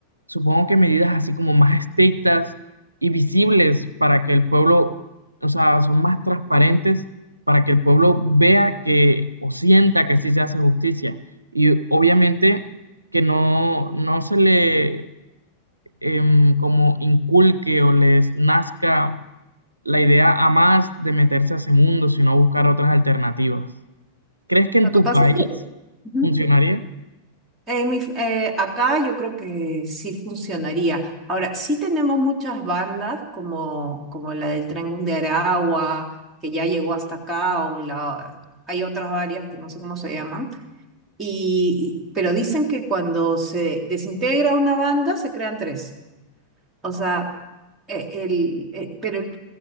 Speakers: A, on the right; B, on the right.
A: supongo que medidas así como más estrictas y visibles para que el pueblo, o sea, son más transparentes para que el pueblo vea que o sienta que sí se hace justicia. Y obviamente que no, no se le em, como inculque o les nazca la idea a más de meterse a ese mundo, sino buscar otras alternativas. ¿Crees que en
B: Lo que
A: tu
B: pasa
A: país
B: es que ujú,
A: funcionaría?
B: en mi- eh, acá yo creo que sí funcionaría. Ahora, sí tenemos muchas bandas como, como la del Tren Aragua, que ya llegó hasta acá, o la, hay otras varias que no sé cómo se llaman, y, y- pero dicen que cuando se desintegra una banda se crean tres. O sea, eh, el, eh, pero el